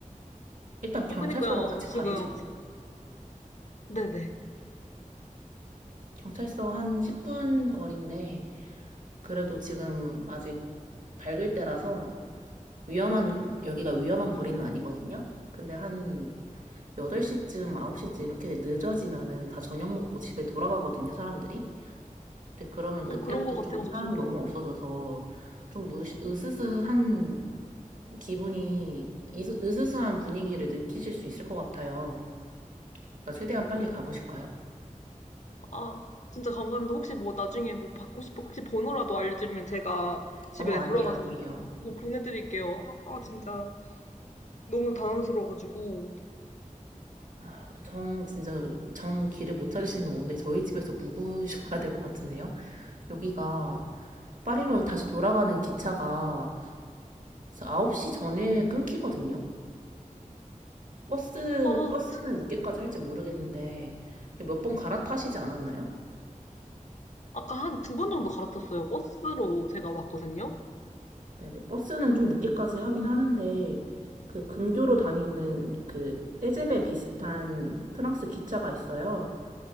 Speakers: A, on the right (about 70°); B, on the left (about 60°).
A: 일단 경찰서로
B: 아 그니까요
A: 같이
B: 지금
A: 가시죠.
B: 네네.
A: 경찰서 한 10분 거리인데, 그래도 지금 아직 밝을 때라서 위험한, 여기가 위험한 거리는 아니거든요? 근데 한 8시쯤, 9시쯤 이렇게 늦어지면은 다 저녁 먹고 집에 돌아가거든요, 사람들이. 근데 그러면
B: 어
A: 그때부터
B: 그런 것 같아가지고
A: 좀 사람
B: 지금.
A: 너무 없어져서 좀 무시, 으스스한 기분이, 이스- 으스스한 분위기를 느끼실 수 있을 것 같아요. 그러니까 최대한 빨리 가보실까요?
B: 아, 진짜 감사합니다. 혹시 뭐 나중에 뭐 받고 싶어, 혹시 번호라도 알려드리면 제가 집에
A: 어머, 아니에요,
B: 돌아가서
A: 아니에요.
B: 뭐 보내드릴게요. 아, 진짜 너무 당황스러워가지고.
A: 아, 정, 진짜, 정 길을 못 찾으시면 오늘 저희 집에서 묵으셔야 될 것 같은데요? 여기가 파리로 다시 돌아가는 기차가 9시 전에 끊기거든요? 버스,
B: 아,
A: 버스는
B: 지-
A: 늦게까지 할지 모르겠는데, 몇 번 갈아타시지 않았나요?
B: 아까 한 두 번 정도 갈아탔어요. 버스로 제가 왔거든요.
A: 네네, 버스는 좀 늦게까지 하긴 하는데, 그 근교로 다니는 그 떼제베 비슷한 프랑스 기차가 있어요.